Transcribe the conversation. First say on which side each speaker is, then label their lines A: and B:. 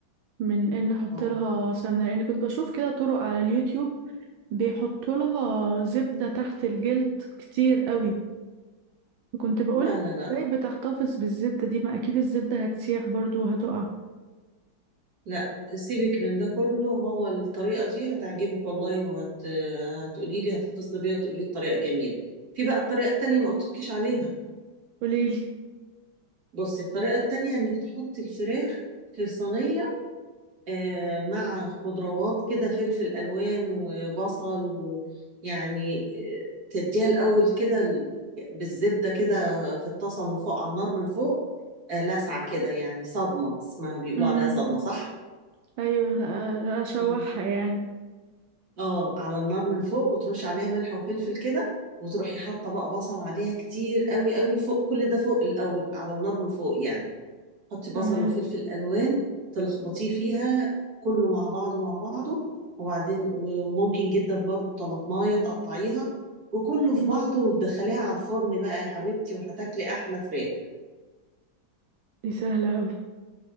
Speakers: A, on the right (about 80°); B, on the right (about 50°).
A: من ان احط
B: اه
A: لها سمنة لان كنت بشوف كده طرق على اليوتيوب بيحطوا لها زبدة تحت الجلد كتير قوي كنت بقولك
B: لا لا لا
A: ازاي بتحتفظ بالزبدة دي ما اكيد الزبدة هتسيح برضو وهتقع
B: لا سيبك من ده كله هو الطريقة دي هتعجبك والله وهت هتقولي لي هتتصلي بيا وتقولي لي الطريقة جميلة في بقى الطريقة التانية ما قلتلكيش عليها
A: قوليلي
B: بصي الطريقة التانية إنك تحطي الفراخ في صينية آه، مع خضروات كده فلفل الوان وبصل ويعني آه، تديها الاول كده ال- بالزبده كده في الطاسه من فوق على النار من فوق آه، لسعه كده يعني صدمه اسمها بيقولوا
A: امم
B: عليها صدمه صح؟
A: ايوه ه- اشوحها
B: اه
A: يعني
B: اه على النار من فوق وترش عليها ملح وفلفل كده وتروحي حاطه بقى بصل عليها كتير قوي قوي فوق كل ده فوق الاول على النار من فوق يعني حطي
A: تمام
B: بصل وفلفل الوان تلخبطيه فيها كله مع بعضه مع بعضه وبعدين وممكن جدا برضو طماطمايه تقطعيها وكله
A: امم
B: في بعضه وتدخليها على الفرن بقى يا حبيبتي وهتاكلي احلى فراخ
A: دي سهلة اوي